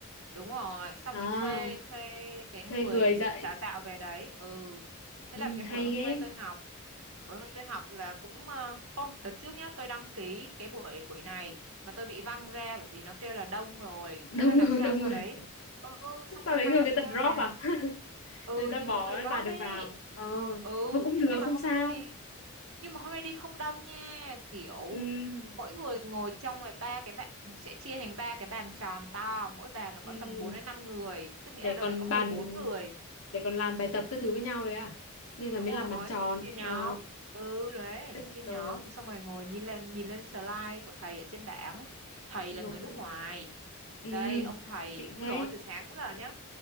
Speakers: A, on the right; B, on the left.
A: đúng rồi xong
B: À,
A: mới thuê thuê cái người
B: thuê người dạy.
A: đào tạo về đấy ừ thế
B: Ừ,
A: là cái buổi
B: hay
A: hôm
B: ghê.
A: nay tôi học
B: <laughs>
A: bữa nay tôi học là cũng ờ, ô đợt trước nhá tôi đăng ký cái buổi buổi này mà tôi bị văng ra bởi vì nó kêu là đông rồi
B: Đông
A: thế là làm
B: người
A: sao
B: đông
A: sau
B: người.
A: đấy ừ xong
B: Sau
A: rồi
B: đấy
A: may
B: người
A: làm
B: người
A: sao
B: ta drop
A: mà
B: à? <laughs>
A: ừ
B: người ta
A: hình như
B: bỏ
A: có người drop
B: bà được
A: ấy
B: vào ờ
A: ừ
B: thôi cũng
A: thế
B: được
A: nhưng mà
B: không
A: hôm
B: sao
A: nay tôi đi nhưng mà hôm nay đi không đông nha kiểu
B: ừ,
A: mỗi người ngồi trong ngoài ba cái bạn sẽ chia thành ba cái bàn tròn to mỗi bàn là có
B: ừ.
A: tầm 4 đến 5 người tức
B: để
A: nghĩa là đâu
B: còn
A: đấy có mười
B: bàn
A: bốn người
B: để còn làm bài tập các thứ với nhau đấy à nên là
A: đúng
B: mới
A: rồi
B: làm bàn tròn
A: xong rồi chia nhóm
B: ờ
A: ừ đấy
B: Ê,
A: chia nhóm
B: rồi
A: xong rồi ngồi nhìn lên nhìn lên slide của thầy ở trên bảng thầy
B: rồi
A: là người nước ngoài
B: ừ
A: đây ông thầy
B: xịn thế
A: ôi rồi từ sáng đến giờ nhá